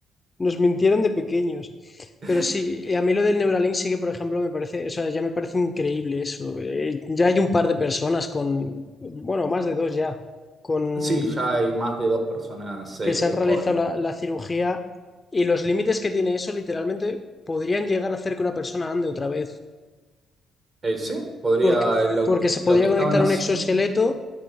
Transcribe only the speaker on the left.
nos mintieron de pequeños.
Pero sí, eh, a mí lo del Neuralink sí que, por ejemplo, me parece, o sea, ya me parece increíble eso. Eh, ya hay un par de personas con, bueno, más de dos ya, con
que se han realizado
la,
la cirugía y los límites que tiene eso literalmente podrían llegar a hacer que una persona ande otra vez.
Porque,
porque se
podría
conectar
un exoesqueleto